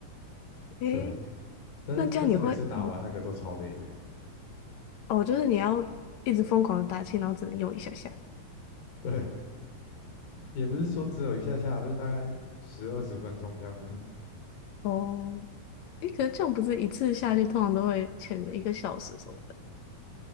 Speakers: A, on the left; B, on the left.
A: 诶，
B: 对，但是但是每次打完那个都超累的。
A: 那这样你会嗯哦，就是你要一直疯狂的打气，然后只能用一下下。
B: 对，也不是说只有一下下，就是大概十二十分钟这样子。<laughs>
A: 哦，诶，可是这样不是一次下去通常都会潜个一个小时什么的